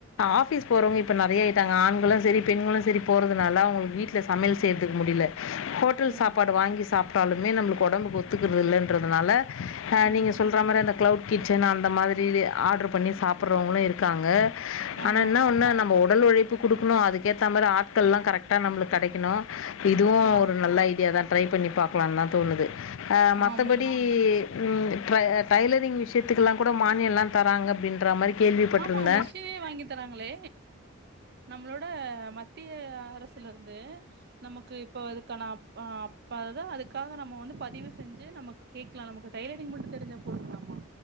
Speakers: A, on the left; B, on the right.
A: ஆபிஸ் போறவங்க இப்ப நெறைய ஆயிட்டாங்க ஆண்களு செரி பெண்களு செரி போறதுனால அவங்களுக்கு வீட்ல் சமையல் செய்ற்துக்கு முடில ஹோட்டல்
B: ம்
A: சாப்பாடு வாங்கி சாப்ட்டாலுமே நம்ளுக்கு உடம்புக்கு ஒத்துக்கிறது இல்லைன்றதுனால அ
B: ம்
A: நீங்க சொல்ற மாரி அந்த கிளவுட் கிச்சன் அந்த மாதிரி ஆர்டரு பண்ணி சாப்பற்றவங்களு இருக்காங்க
B: ஆமா
A: ஆனா ன்னா ஒன்னா நம் ஒடல் உழைப்பு குடுக்கணு அதுக்கு ஏத்த மாரி ஆட்கள்லா கரெக்டா நம்ளுக் கெடைக்கணு இதுவு
B: ஆ
A: ஒரு நல்ல ஐடியா தான் ட்ரை பண்ணி பாக்கலான்னு தா தோணுது அ‌ மத்தபடி
B: ஆமா ஆமா
A: ம் ட்ரை டைலரிங் விஷயத்துக்கெல்லா கூட மானியல்லா தராங்க அப்டின் மாரி கேள்விப்பட்டிருந்த
B: ஆமா மிஷினே வாங்கி தராங்களே நம்மளோட மத்திய அரசுலருந்து நமக்கு இப்ப அதுக்கான அப் அப்பதுதா அதுக்காக நம்ம வந்து பதிவு செஞ்சு நமக் கேக்கலா நமக்கு டைலரிங் மட்டு தெரிஞ்சா போதுங்கலாமா